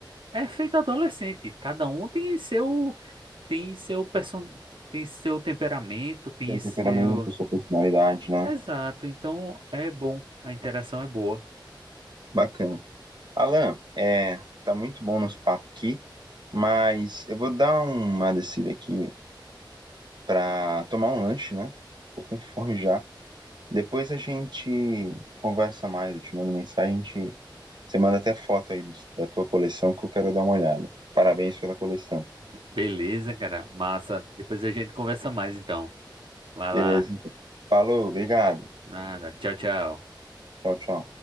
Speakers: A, on the right (about 85°); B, on the right (about 65°).
A: é feito adolescente. Cada um tem seu tem seu person... tem seu temperamento, tem
B: Tem
A: seu.
B: temperamento, sua personalidade, né?
A: Exato. Então é bom. A interação é boa.
B: Bacana. Alan, é, tá muito bom nosso papo aqui, mas eu vou dar uma descida aqui pra tomar um lanche, né? Tô com fome já. Depois a gente conversa mais, eu te mando mensagem, a gente... você manda até foto aí dos- da tua coleção que eu quero dar uma olhada. Parabéns pela coleção.
A: Beleza, cara. Massa. Depois a gente conversa mais, então. Vai
B: Beleza,
A: lá.
B: então. Falou, obrigado.
A: Nada. Tchau, tchau.
B: Tchau, tchau.